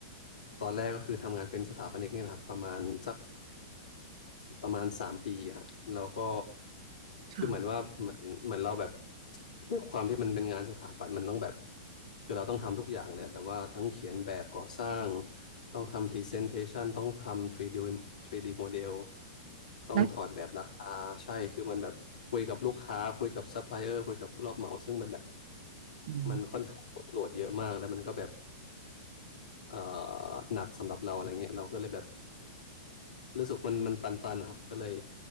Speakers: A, on the left (about 85°); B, on the right (about 60°).
A: ตอนแรกก็คือทำงานเป็นสถาปนิกเนี่ยแหละครับประมาณสักประมาณสามปีครับแล้วก็
B: ค่ะ
A: คือเหมือนว่าเหมือนเหมือนเราแบบด้วยความที่มันเป็นงานสถาปัตย์มันต้องแบบคือเราต้องทำทุกอย่างเลยแบบว่าทั้งเขียนแบบก่อสร้างต้องทำพรีเซนเทชันต้องทำ 3D 3D โมเดลต้องถอดแบบราคาใช่คือมันแบบคุยกับลูกค้าคุยกับซัพพลายเออร์คุยกับผู้รับเหมาซึ่งมันแบบ
B: แล้วอืม
A: มันค่อนข้างโหลดเยอะมากแล้วมันก็แบบเอ่อหนักสำหรับเราอะไรเงี้ยเราก็เลยแบบรู้สึกมันมันตันๆนะครับก็เลย